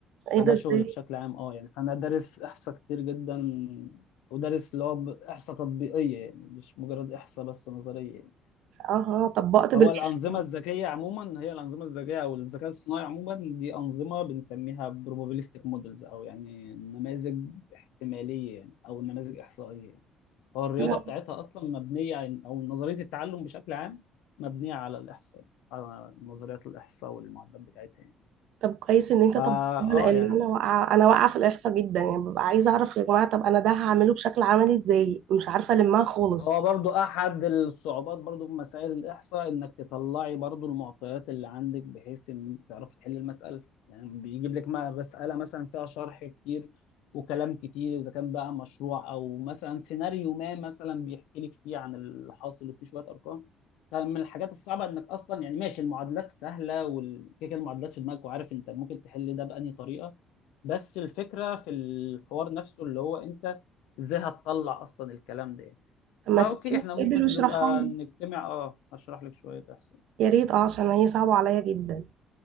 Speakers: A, on the right (about 70°); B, on the left (about 85°).
A: ايه
B: فده
A: ده ازاي
B: شغل بشكل عام اه يعني فانا دارس احصاء كتير جدا ودارس اللي هو ب- احصاء تطبيقيه يعني مش مجرد احصاء بس نظريه يعني
A: اها طبقت بالاحصاء
B: هو الانظمه الذكيه عموما هي الانظمه الذكيه او الذكاء الصناعي عموما دي انظمه بنسميها probabilistic models او يعني نماذج احتماليه يعني او نماذج احصائيه يعني. هو الرياضه
A: لا.
B: بتاعتها اصلا مبنيه عن- او نظريه التعلم بشكل عام مبنيه على الاحصاء على نظريات الاحصاء والمعدات بتاعتها يعني
A: طب كويس ان انت
B: فا
A: طبقتها لان
B: اه يعني
A: انا واقعه انا واقعه في الاحصاء جدا يعني ببقى عايزه اعرف يا جماعه طب انا ده هعمله بشكل عملي ازاي مش عارفه المها خالص
B: هو برضو احد الصعوبات برضو في مسائل الاحصاء انك تطلعي برضو المعطيات اللي عندك بحيث ان تعرفي تحلي المساله يعني بيجيب لك ما- مساله مثلا فيها شرح كتير وكلام كتير اذا كان بقى مشروع او مثلا سيناريو ما مثلا بيحكي لك فيه عن اللي حاصل وفيه شويه ارقام فمن الحاجات الصعبه انك اصلا يعني ماشي المعادلات سهله والكيكه المعادلات في دماغك وعارف انت ممكن تحل ده بأنهي طريقه بس الفكره في الحوار نفسه اللي هو انت ازاي هتطلع اصلا الكلام ده يعني.
A: طب ما
B: فاوكي
A: تيجي
B: احنا
A: نتقابل
B: ممكن
A: واشرحها
B: نبقى
A: لي
B: نجتمع اه هشرح لك شوية احسن
A: يا ريت اه عشان هي صعبه عليا جدا